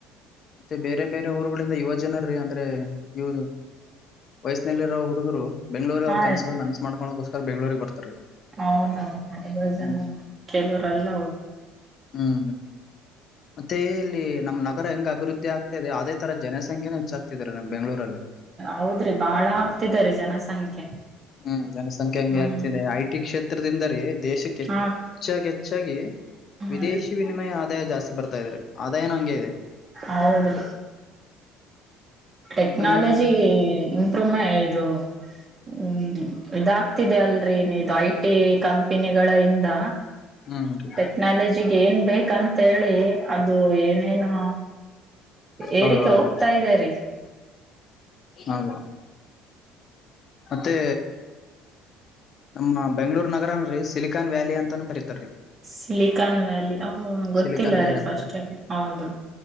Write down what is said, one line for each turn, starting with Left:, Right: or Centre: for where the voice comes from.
Left: ಮತ್ತೆ ಬೇರೆ ಬೇರೆ ಊರುಗಳಿಂದ ಯುವ ಜನರ ಅಂದ್ರೆ ಇವ ವಯಸ್ಸಿನಲ್ಲಿರೋ ಹುಡುಗರು ಬೆಂಗಳೂರಿಗೆ
Right: ಹಾ
Left: ಅವರ ಕನಸುಗಳನ್ನು ನನಸು ಮಾಡಿಕೊಳ್ಳಕ್ಕ ಬೆಂಗಳೂರಿಗೆ ಬರ್ತಾರೆ
Right: ಹೌದ ಎಲ್ಲಜನ
Left: ಹ್ಮ್
Right: ಕೆಲವರಲ್ಲ
Left: ಹ್ಮ್ ಮತ್ತೆ ಎಲ್ಲಿ ನಮ್ಮ ನಗರ್ ಹೆಂಗ ಅಭಿವದ್ಧಿ ಅದೇ ಆಗ್ತಿದೆ ಅದೇ ತರ ಜನಸಂಖ್ಯೆ ಹೆಚ್ಚಾಗ್ತಿದ್ದಾರೆ ನಮ್ಮ ಬೆಂಗಳೂರಲ್ಲಿ
Right: ಹೌದ್ರಿ ಬಾಳ ಆಗ್ತಿದಾರಿ ಜನಸಂಖ್ಯೆ
Left: ಹೂ ಜನಸಂಖ್ಯೆ ಹೆಂಗ್
Right: ಹ್ಮ್
Left: ಆಗ್ತದೆ ಐಟಿ ಕ್ಷೇತ್ರ ಹತ್ತಿರದಿಂದ ರೀ ದೇಶಕ್ಕೆ ಹೆಚ್ಚಾಗಿ
Right: ಹಾ
Left: ಹೆಚ್ಚಾಗಿ
Right: ಹಾ
Left: ವಿದೇಶಿ
Right: ರೀ
Left: ವಿನಿಮಯ ಆದ ಮತ್ತೆ ಜಾಸ್ತಿ ಬರ್ತಾ ಇದ್ದಾರೆ ಅದೇನೋ ಹಂಗೆ ಇದೆ
Right: ಹೌದು ಟೆಕ್ನಾಲಜಿ
Left: ಕಂಪನಿ
Right: ಇಂಪ್ರೂವ್ಮೆಂಟ್ ಇದು ಹೂ ಇದಾಗ್ತಿದೆ ಅಲ್ರೀ ಇ ಐಟಿ ಕಂಪನಿಗಳಿಂದ
Left: ಹ್ಮ್ ರೀ
Right: ಟೆಕ್ನಾಲಜಿ ಹೇಳಬೇಕಂತ ಹೇಳಿ ಅದು ಏನೇನು ಏರಿಕೆ
Left: ಹೌದ ಹೌದು
Right: ಹೋಗ್ತಾ
Left: ರಿ
Right: ಇದೆ ರೀ
Left: ಹೌದು ಮತ್ತೆ ನಮ್ಮ ಬೆಂಗಳೂರು ನಗರ ನಮ್ಮ ಬೆಂಗಳೂರು ಅಲ್ಲಿ ಸಿಲಿಕಾನ್ ವ್ಯಾಲಿ ಅಂತಾನೂ ಕರಿತ
Right: ಸಿಲಿಕಾನ್ ವ್ಯಾಲಿ ಓಹೋ ಗೊತ್ತಿಲ್ಲ
Left: ಸಿಲಿಕಾನ್ ವ್ಯಾಲಿ
Right: ರೀ
Left: ಅಂತ
Right: ಫಸ್ಟ್
Left: ಕರಿ
Right: ಟೈಮ್ ಹೌದು